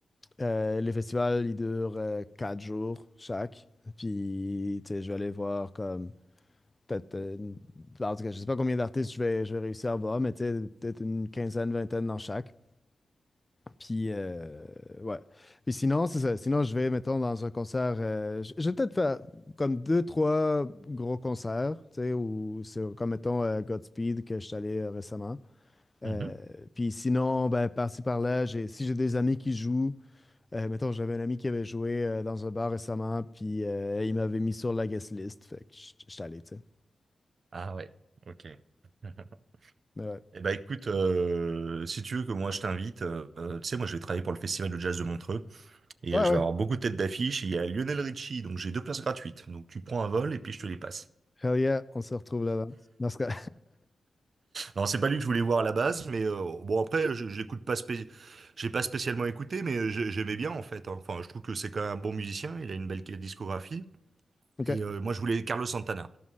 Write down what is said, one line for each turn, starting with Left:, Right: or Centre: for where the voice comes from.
Left: Euh, les festivals, ils durent euh, quatre jours chaque. Puis, tu sais, je vais aller voir comme peut-être, euh, une- en tout cas, je sais pas combien d'artistes je vais, je vais réussir à voir, mais tu sais, peut-être une quinzaine, vingtaine dans chaque. Puis, euh, ouais. Puis sinon, c'est ça. Sinon, je vais, mettons, dans un concert, euh, je je vais peut-être faire comme deux, trois gros concerts, tu sais, ou c'est comme, mettons, euh, Godspeed que je suis allé euh, récemment. Euh,
Right: Mhm.
Left: puis sinon, ben, par-ci, par-là, j'ai, si j'ai des amis qui jouent, euh, mettons, j'avais un ami qui avait joué euh, dans un bar récemment, puis euh, il m'avait mis sur la guest list. Fait que j- j'étais allé, tu sais.
Right: Ah ouais, ok. <laughs>
Left: Mais ouais.
Right: Eh ben écoute, euh, si tu veux que moi je t'invite, euh, euh, tu sais, moi je vais travailler pour le Festival de Jazz de Montreux et
Left: Ouais,
Right: euh, je
Left: ouais.
Right: vais avoir beaucoup de têtes d'affiche. Il y a Lionel Richie, donc j'ai deux places gratuites. Donc tu prends un vol et puis je te les passe.
Left: Hell yeah, on se retrouve là-bas. Dans ce cas.
Right: Non, c'est pas lui que je voulais voir à la base, mais euh, bon après, je, je l'écoute pas, spé- j'ai pas spécialement écouté, mais euh, j'ai- j'aimais bien en fait. hein. Enfin, je trouve que c'est quand même un bon musicien. Il a une belle discographie.
Left: <laughs>
Right: Et
Left: OK.
Right: euh, moi je voulais Carlos Santana.